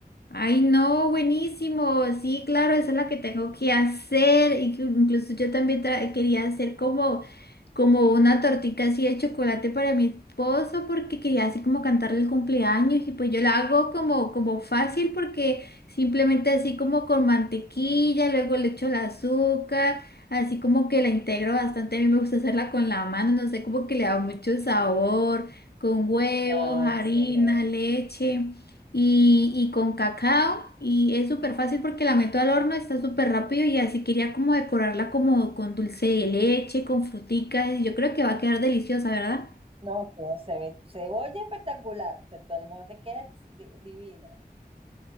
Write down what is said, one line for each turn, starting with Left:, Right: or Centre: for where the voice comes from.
Left: Ay, no, buenísimo. Sí, claro, esa es la que tengo que hacer. Inclu- Incluso yo también tra- quería hacer como como una tortita así de chocolate para mi esposo porque quería así como cantarle el cumpleaños y pues yo la hago como, como fácil porque simplemente así como con mantequilla, luego le echo el azúcar, así como que la integro bastante, a mí me gusta hacerla con la mano, no sé, como que le da mucho sabor, con huevos,
Right: No,
Left: harina,
Right: excelente.
Left: leche y, y con cacao y es súper fácil porque la meto al horno, está súper rápido y así quería como decorarla como con dulce de leche, con fruticas y yo creo que va a quedar deliciosa, ¿verdad?
Right: No, queda- se ve, se oye espectacular, te, todo el mundo te queda ex- di- divina.